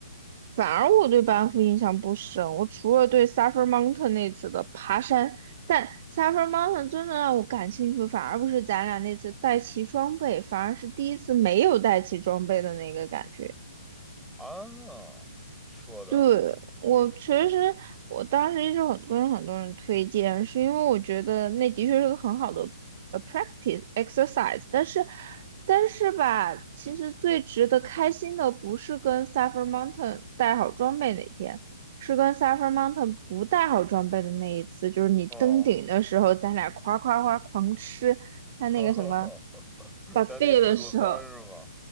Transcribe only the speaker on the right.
反而我对班夫印象不深，我除了对 Suffer Mountain 那次的爬山，但 Suffer Mountain 真的让我感兴趣，反而不是咱俩那次带齐装备，反而是第一次没有带齐装备的那个感觉。
对，我其实我当时一直很跟很多人推荐，是因为我觉得那的确是个很好的呃 practice exercise，但是但是吧，其实最值得开心的不是跟 Suffer Mountain 带好装备那天，是跟 Suffer Mountain 不带好装备的那一次，就是你登顶的时候，
咱俩夸夸夸狂吃他那个什么
buffet
的时候。